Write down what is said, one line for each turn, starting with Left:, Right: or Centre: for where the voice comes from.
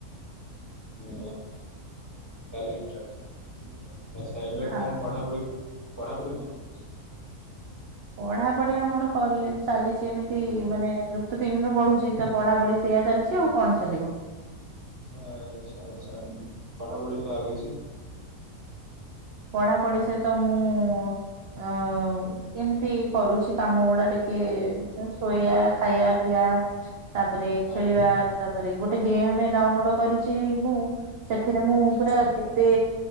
Left: ମୁଁ ଘରେ <unintelligible> ଆଚ୍ଛା ଏବେ
Right: ଆ
Left: କଣ ପଢା ପଢି କଣ ପଢାପଢି କଣ? ଚାଲିଛି?
Right: ପଢା ପଢି ଆମର କଲେଜ ଚାଲିଛି। ଯେମିତି ମାନେ ଯୁକ୍ତ ତିନରେ ପଢୁଛି ତ ପଢା ପଢି ସେଇଆ ଚାଲିଛି ଆଉ କଣ ଚାଲିବ।
Left: ଆ ଛା ଆଛା ପଢା ପଢି ସହ ଆଉ କିଛି?
Right: ପଢା ପଢି ସହିତ ମୁଁ ଅ କେମିତି କରୁଛି କାମ ଗୁଡା ଟିକେ ଶୋଇଆ ଖାଇଆ ପିଇଆ। ତାପରେ
Left: ହଁ
Right: ଖେଳିବା
Left: ହଁ
Right: ତାପରେ ଗୋଟେ ଗେମ ଡାଉନଲୋଡ କରିଛି ମୁଁ। ସେଥିରେ ମୁଁ ପୁରା କେତେ